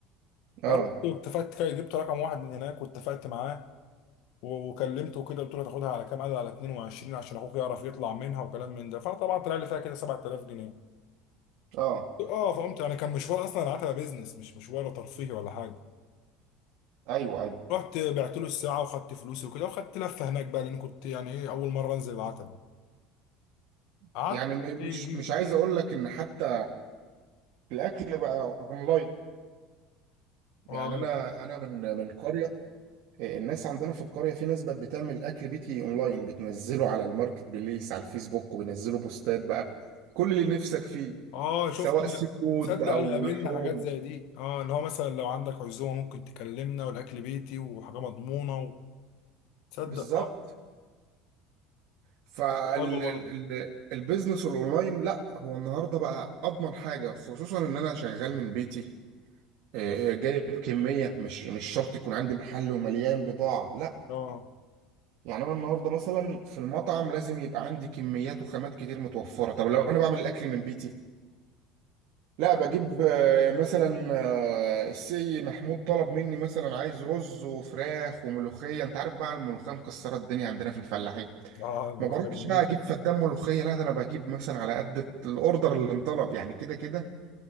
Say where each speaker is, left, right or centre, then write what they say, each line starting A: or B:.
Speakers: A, on the right; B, on the left.
A: اه
B: فرحت واتفقت كده جبت رقم واحد من هناك واتفقت معاه و- وكلمته كده قلت له تاخدها على كام قال لي على 22 عشان اخوك يعرف يطلع منها وكلام من ده فطبعا طلع لي فيها كده 7000 جنيه
A: اه
B: اه فقمت يعني كان مشوار اصلا العتبه بيزنس مش مشوار ترفيهي ولا حاجه
A: ايوه ايوه
B: رحت بعت له الساعه وخدت فلوسي وكده وخدت لفه هناك بقى لان كنت يعني ايه اول مره انزل العتبه قعدت
A: يعني
B: بقى
A: م-
B: إيه،
A: مش
B: يجي
A: مش عايز اقول لك ان حتى الاكل بقى اونلاين يعني
B: اه
A: انا انا من من قريه الناس عندنا في القريه في ناس بقت بتعمل اكل بيتي اونلاين بتنزله على الماركت بليس على الفيسبوك وبينزلوا بوستات بقى كل اللي نفسك فيه
B: اه شفت
A: سواء
B: لا
A: سي فود
B: تصدق
A: او
B: انا قابلنا
A: لحوم
B: حاجات زي دي اه ان هو مثلا لو عندك عزومه ممكن تكلمنا والاكل بيتي وحاجه مضمونه و... تصدق
A: بالظبط
B: اه
A: فالبيزنس
B: حلوه برضه
A: الاونلاين لا هو النهارده بقى اضمن حاجه خصوصا ان انا شغال من بيتي آه، جايب كميه مش مش شرط يكون عندي محل ومليان بضاعه لا
B: اه
A: يعني انا النهارده مثلا في المطعم لازم يبقى عندي كميات وخامات كتير متوفره طب لو انا بعمل الاكل من بيتي لا بجيب آه، مثلا آه، السي محمود طلب مني مثلا عايز رز وفراخ وملوخيه انت عارف بقى الملوخيه مكسره الدنيا عندنا في الفلاحين
B: اه والله
A: ما بروحش
B: جميل
A: بقى اجيب فدان ملوخيه لا ده انا بجيب مثلا على قد الاوردر اللي انطلب يعني كده كده